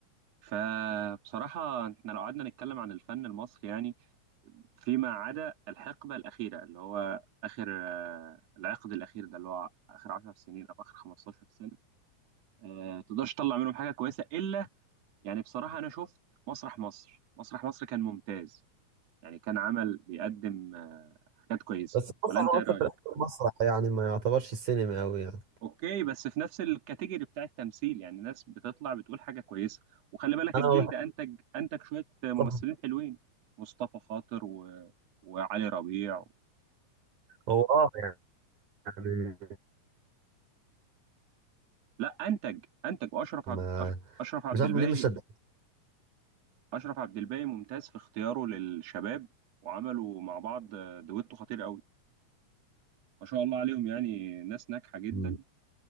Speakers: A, on the right (about 60°); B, on the right (about 85°).
A: فبصراحة احنا لو قعدنا نتكلم عن الفن المصري يعني فيما عدا الحقبة الأخيرة اللي هو آخر آه، العقد الأخير ده اللي هو آخر 10 سنين أو آخر 15 سنة آه، تقدرش تطلع منهم حاجة كويسة إلا يعني بصراحة أنا شفت مسرح مصر مسرح مصر كان ممتاز يعني كان عمل بيقدم آه، حاجات كويسة
B: بس المسرح
A: ولا أنت إيه
B: مصر
A: رأيك؟
B: في الأول مسرح يعني ما يعتبرش السينما أوي يعني
A: اوكي بس في نفس الكاتيجوري بتاع التمثيل يعني ناس بتطلع بتقول حاجه كويسه وخلي بالك
B: أنا
A: الجيل
B: ما بحبش
A: ده انتج انتج شويه ممثلين
B: المسرح
A: حلوين مصطفى خاطر و... وعلي ربيع و...
B: هو أه يعني
A: لا انتج انتج واشرف
B: ما
A: عبد أش- اشرف عبد
B: مش عارف
A: الباقي
B: ليه مش شد
A: اشرف عبد الباقي ممتاز في اختياره للشباب وعملوا مع بعض دويتو خطير قوي ما شاء الله عليهم يعني ناس ناجحه جدا
B: مم.